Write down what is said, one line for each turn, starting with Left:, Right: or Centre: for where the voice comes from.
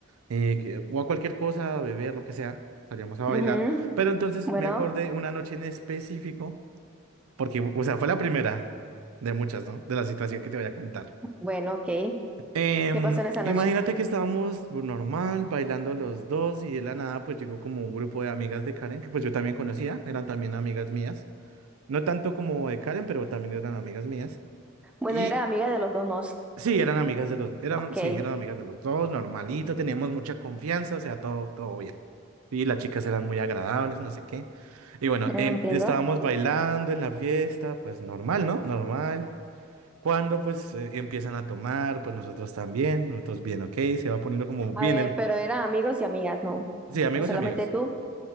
Right: eh, que- o a cualquier cosa, a beber, lo que sea, salíamos a bailar.
Centre: <laughs> Ujú.
Right: Pero entonces
Centre: Bueno,
Right: me acordé una noche en específico, porque, o sea, fue la primera de muchas, ¿no? De la situación que te voy a contar.
Centre: bueno, ok.
Right: Em,
Centre: ¿Qué pasó en esa noche?
Right: imagínate que estábamos normal, bailando los dos y de la nada pues llegó como un grupo de amigas de Karen que pues yo también conocía, eran también amigas mías, no tanto como de Karen, pero también eran amigas mías.
Centre: Bueno,
Right: Y
Centre: era amiga de los dos nos.
Right: sí, eran amigas de los, eran,
Centre: Ok,
Right: sí,
Centre: eh,
Right: eran amigas de los dos, normalito, teníamos mucha confianza, o sea, todo, todo bien. Y las chicas eran muy agradables, no sé qué. Y bueno,
Centre: entiendo.
Right: em, estábamos bailando en la fiesta, pues normal, ¿no? Normal. Cuando pues eh, empiezan a tomar, pues nosotros también, nosotros bien, ok, se va poniendo como bien
Centre: A ver,
Right: el...
Centre: pero eran amigos y amigas, ¿no?
Right: Sí, amigos
Centre: ¿O solamente
Right: y amigas.
Centre: tú?